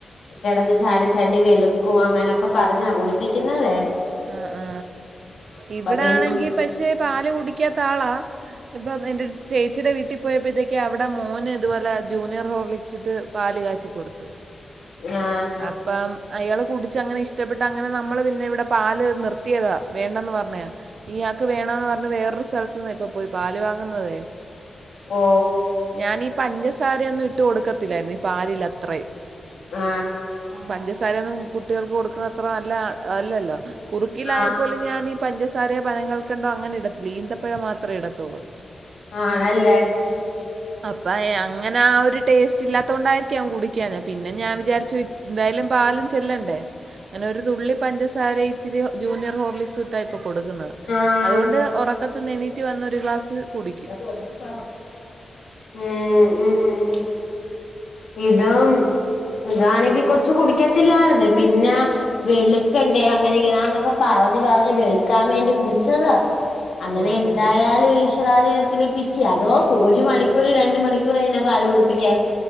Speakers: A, on the left (about 75°); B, on the right (about 55°).
A: കിടന്ന് ചാടി ചാടി വെളുക്കുവ അങ്ങനെയൊക്കെ പറഞ്ഞാ കുളിപ്പിക്കുന്നതെ
B: ആ ആ ഇവിടെ
A: പിന്നെ
B: ആണെങ്കിൽ പക്ഷെ പാല് കുടിക്കാത്ത ആളാ ഇപ്പ എന്റെ ചേച്ചിയുടെ വീട്ടിൽ കട്ടിപ്പോയപ്പോഴത്തേക്ക് അവിടെ മോന് ഇതുപോലെ ജൂനിയർ ഹോർലിക്സിട്ട് പാല് കാച്ചി കൊടുത്ത്
A: ആ
B: അപ്പം അയാള് കുടിച്ച അങ്ങനെ ഇഷ്ടപ്പെട്ട് അങ്ങനെ നമ്മള് പിന്നെ ഇവിടെ പാ നിർത്തിയതാ വേണ്ടന്ന് പറഞ്ഞാ നീ ഇയാൾക്ക് വേണന്ന് പറഞ്ഞ വേറൊരു സ്ഥലത്ത് നിന്ന് ഇപ്പൊ പോയി പാല് വാങ്ങുന്നതേ
A: ഓ
B: ഞാനീ ഈ പഞ്ചസാര ഒന്നും ഇട്ട് കൊടുക്കത്തില്ലായിരുന്നു ഈ പാൽ അത്രയും
A: ആ
B: പഞ്ചസാരൊന്നും കുട്ടികൾക്ക് കൊടുക്കുന്ന അത്ര നല്ല അല്ലല്ലോ കുറുക്കില
A: ആ
B: ആയപ്പോലും ഞാൻ ഈ പഞ്ചസാരയോ പനം കൾക്കണ്ടം അങ്ങനെ ഇടത്തില്ല ഈന്തപ്പഴ മാത്രമേ ഇടത്തുള്ളൂ
A: ആണല്ലേ
B: അപ്പ അങ്ങനെ ആ ഒരു ടേസ്റ്റ് ഇല്ലാത്ത കൊണ്ടായിരിക്ക ൻ കുടിക്കന്ന പിന്നെ ഞാൻ വിചാരിച്ചു എന്തായാലും പാലും ചെല്ലണ്ടേ അങ്ങനെ ഒരു തുള്ളി പഞ്ചസാര ഇച്ചിരി ജൂനിയർ ഹോർലിക് കൊടുക്കുന്നത്
A: ആഹ്
B: അതുകൊണ്ട് ഉറക്കത്ത് നെണീറ്റ് വന്ന ഒരു ഗ്ലാസ് കുടിക്കും
A: ഉം ഉ ഉ ഉ ഇഏത <unintelligible> ഇതാണെങ്കി കൊച്ചു കുടിക്കത്തില്ലായിരുന്നു പിന്നെ വെളുക്കണ്ടേ അങ്ങനെ ഇങ്ങനാന്നൊക്കെ പറ പറഞ്ഞു പറഞ്ഞു വെളുക്കാൻ വേണ്ടി കുടിച്ചതാ അങ്ങനെ
B: ഓ
A: എന്തായാലും
B: ഓ
A: ഈശ്വരാധീനത്തിൽ പിച്ചി അതോ ഒരു മണിക്കൂർ രണ്ടു മണിക്കൂർയിനാ പാല കുടുപ്പിക്കേ